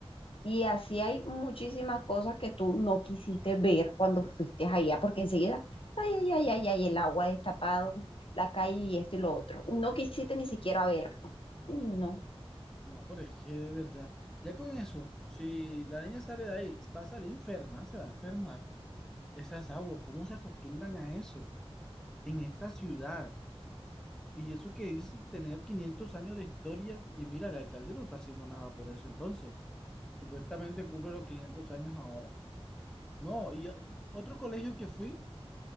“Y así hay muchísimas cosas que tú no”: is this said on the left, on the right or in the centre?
Left